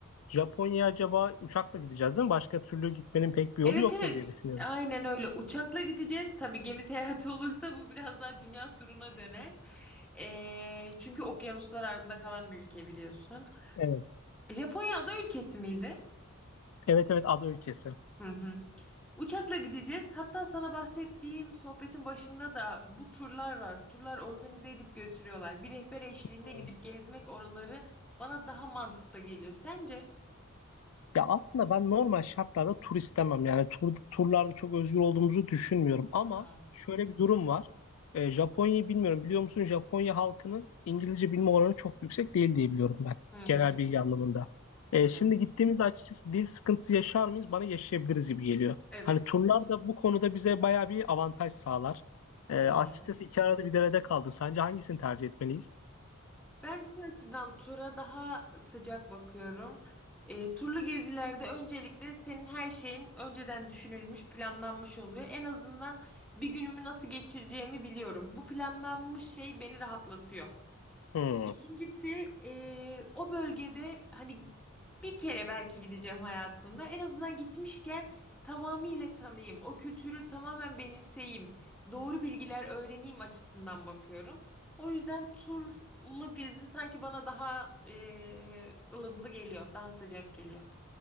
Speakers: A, on the left; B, in the centre.
A: Japonya'ya acaba uçakla gideceğiz değil mi? Başka türlü gitmenin pek bir
B: Evet
A: yolu yoktur
B: evet.
A: diye düşünüyorum.
B: Aynen öyle. Uçakla gideceğiz. Tabii gemi seyahati <laughs> olursa bu biraz daha dünya turuna döner. Ee, çünkü okyanuslar ardında kalan bir ülke biliyorsun.
A: Evet.
B: Japonya ada ülkesi miydi?
A: Evet evet ada ülkesi.
B: Hı hı. Uçakla gideceğiz. Hatta sana bahsettiğim sohbetin başında da bu turlar var. Turlar organize edip götürüyorlar. Bir rehber eşliğinde
A: Hmm.
B: gidip gezmek oraları bana daha mantıklı geliyor. Sence?
A: Ya aslında ben normal şartlarda tur istemem. Yani tur, turlarda çok özgür olduğumuzu düşünmüyorum. Ama
B: Hmm.
A: şöyle bir durum var. E, Japonya'yı bilmiyorum. Biliyor musun? Japonya halkının İngilizce bilme
B: Hı hı.
A: oranı çok yüksek değil diye biliyorum ben.
B: Hı
A: Genel
B: hı.
A: bilgi anlamında. E, şimdi
B: Hı hı.
A: gittiğimizde açıkçası dil sıkıntısı yaşar mıyız? Bana yaşayabiliriz gibi geliyor.
B: Evet.
A: Hani turlar da bu konuda bize bayağı bir avantaj sağlar. E,
B: Hı
A: açıkçası
B: hı.
A: iki arada bir derede kaldım. Sence hangisini tercih etmeliyiz?
B: Ben şu açıdan tura daha sıcak bakıyorum. E, turlu gezilerde öncelikle senin her şeyin önceden düşünülmüş, planlanmış oluyor. En azından bir günümü nasıl geçireceğimi biliyorum. Bu planlanmış şey beni rahatlatıyor.
A: Hmm.
B: İkincisi eee, o bölgede hani bir kere belki gideceğim hayatımda. En azından gitmişken tamamıyla tanıyayım. O kültürü tamamen benimseyeyim. Doğru bilgiler öğreneyim açısından bakıyorum. O yüzden turlu gezi sanki bana daha eee, ılımlı geliyor. Daha sıcak geliyor.